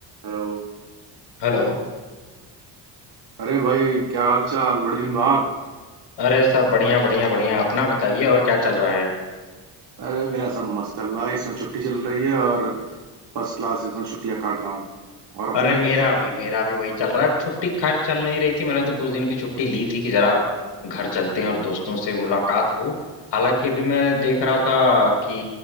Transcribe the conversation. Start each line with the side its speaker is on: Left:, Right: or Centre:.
Right: Hello
Left: Hello
Right: अरे भाई क्या हाल चाल बड़े दिन बाद
Left: अरे सब बढ़िया बढ़िया बढ़िया अपना बताइए और क्या चल रहा है
Right: अरे मेरा सब मस्त चल रहा है इसमें छुट्टी चल रही है और फर्स्ट क्लास इसमें छुट्टियां काट रहा हूँ और
Left: अरे
Right: अपने
Left: मेरा भी मेरा भी वही चल रहा है अब छुट्टी खैर चल नहीं रही थी मैंने तो कुछ दिन की छुट्टी ली थी कि जरा घर चलते हैं और दोस्तों से मुलाकात हो हालांकि अभी मैं देख रहा था कि